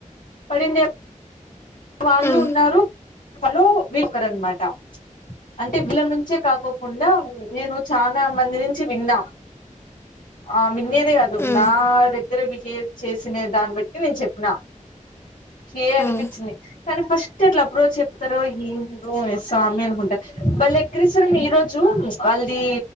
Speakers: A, on the left (about 85°); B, on the left (about 20°).
A: పాడిండే వాళ్ళు
B: ఉమ్
A: ఉన్నారు లో వకర్ అనమాట అంటే వీళ్ల నుంచే కాకోకుండా నేను చాలా మంది నుంచి విన్నా ఆ మిన్నేది అదు ఉందా
B: ఉమ్
A: నా అదే ఇద్దరు బిహేవ్ చేసిన దాన్ని బట్టి నేను చెప్పిన చే అనిపిత్
B: ఉమ్
A: కానీ ఫస్ట్ ఎట్లా అప్రోచ్ చెప్తారో ఏందో స్వామి అనుకుంట వాళ్ళు ఎక్ రిస్తారు. ఈ రోజు వాళ్ళది